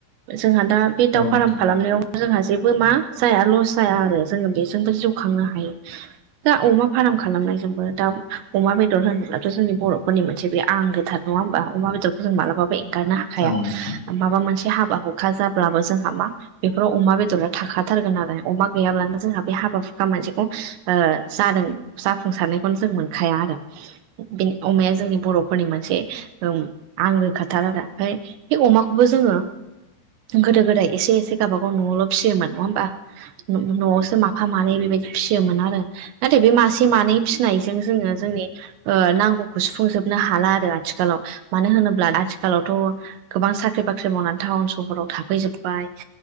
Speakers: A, on the right; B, on the left.
A: जोंहा दा बे
B: औ
A: दाउ
B: नोंथां
A: फार्म खालामनायाव जोंहा जेबो मा जाया लस जाया आरो जोङो बेजोंबो जिउ खांनो हायो दा अमा फार्म खालामनायजोंबो दा अमा बेदर होनोब्लाथ' जोंनि बर' फोरनि मोन बे आं गोथार नङा होनोमबा अमा बेदरखौ जों मालाबाबो ऐंगारनो हाया हखाया
B: औ नोंथां
A: माबा मोनसे हाबा हुखा जाब्लाबो जोंहा मा बेफोराव अमा बेदरा थाखाथारगोन आरो अमा गैयाब्लानो जोंहा बे हाबा हुखा मोनसेखौ जादों जाफुंसारनायखौनो जों मोनखाया आरो बेनि अमाया जोंनि बर'फोरनि मोनसे औ आंगोखाथार आरो ओमफ्राय बे अमाखौबो जोङो गोदो गोदाय एसे एसे गावाबागाव न'आवल' फियोम नङा होमबा न'आवसो माफा मानै बेबायदि फिसियोमोन आरो नाथाय बे मासे मानै फिसिनायजों जोङो जोंनि नांगौ खौ सुफुंजोबनो हाला आरो आथिखालाव मानो होनोब्ला आथिखालावथ' गोबां साख्रि बाख्रि मावनानै टाउन सहराव थाफैजोबबाय